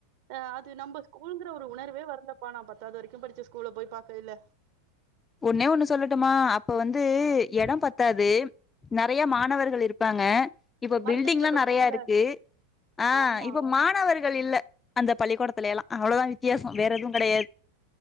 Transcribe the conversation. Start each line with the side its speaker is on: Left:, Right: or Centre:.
Right: ஆ அது நம்ப ஸ்கூலுங்கிற ஒரு உணர்வே வரல ப்ப நா பத்தாது வரைக்கு படிச்சு ஸ்கூல போய் பாக்கையில
Left: ஒன்னே ஒன்னு சொல்லட்டுமா அப்ப வந்து எடோ பத்தாது நெறைய மாணவர்கள் இருப்பாங்க இப்ப
Right: மரத்தடியில
Left: பில்டிங்லா
Right: படிப்போம்ல
Left: நெறைய இருக்கு ஆ
Right: ஆமா
Left: இப்ப மாணவர் கள் இல்ல அந்த பள்ளிக்கூடத்துல எல்லா அவ்ளோ தா வித்தியாசோ வேற எதும் கெடையாது